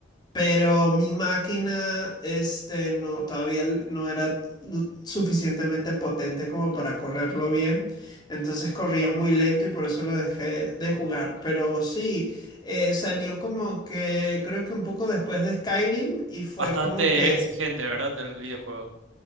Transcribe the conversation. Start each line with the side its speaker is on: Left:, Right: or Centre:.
Left: Pero mi máquina, este, no, todavía l- no era l- suficientemente potente como para correrlo bien. Entonces corría muy lento y por eso lo dejé de jugar. Pero sí, eh, salió como que, creo que un poco después de Skyrim y fue
Right: Bastante
Left: como que
Right: exigente, ¿verdad? El videojuego